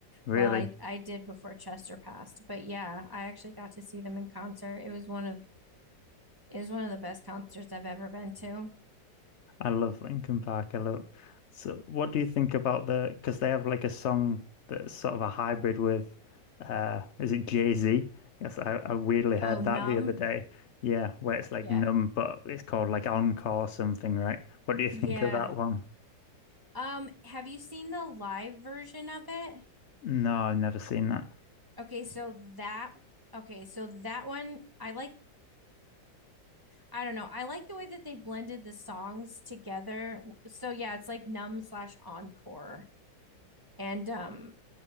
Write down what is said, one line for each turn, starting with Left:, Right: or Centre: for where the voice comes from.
Left: really.
Right: Well, I I did before Chester passed, but yeah, I actually got to see them in concert. It was one of It was one of the best concerts I've ever been to.
Left: I love Linkin Park. I love. So, what do you think about the? Because they have like a song that's sort of a hybrid with, uh, is it Jay-Z? Yes, I, I weirdly heard
Right: Oh, Numb.
Left: that the other day. Yeah, where it's like
Right: Yeah.
Left: numb, but it's called like Encore or something, right? What do you <laughs> think
Right: Yeah.
Left: of that one?
Right: Um, have you seen the live version of it?
Left: No, I've never seen that.
Right: Okay, so that okay, so that one I like I don't know. I like the way that they blended the songs together. So yeah, it's like Numb slash Encore. And um,